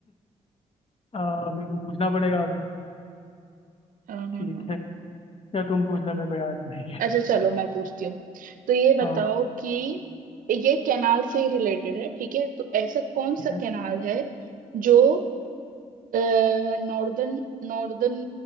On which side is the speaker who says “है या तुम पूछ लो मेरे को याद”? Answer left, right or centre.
Left